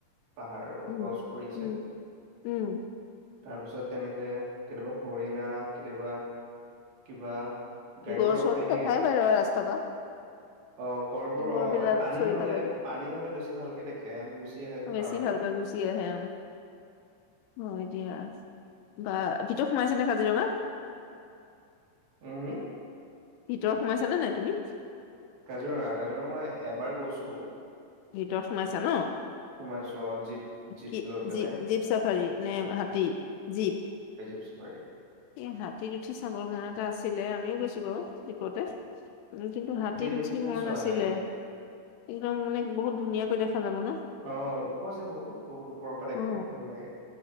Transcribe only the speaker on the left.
উম
উম উম
গড়
চৰটো
দেখাই পাই ৰাস্তা পা
শিঙৰ
বিলাক
চৰি
থাকে যে
বেছি
ভালকে গুচি আহে হয় দিয়া বা ভিতৰত সোমাইছে নে কাজিৰঙা
ভিতৰত সোমাইছানে নাই তুমি
ভিতৰত সোমাইছা ন
কি
জ জীপ চাফাৰী নে হাতী জীপ
এ হাতীত উঠি চাবৰ মন এটা আছিলে আমিও গৈছো বাও জীপতে উ কিন্তু হাতীত উঠি
মন
আছিলে
কিন্তু মানে বহুত ধুনীয়াকৈ দেখা যাব ন
অ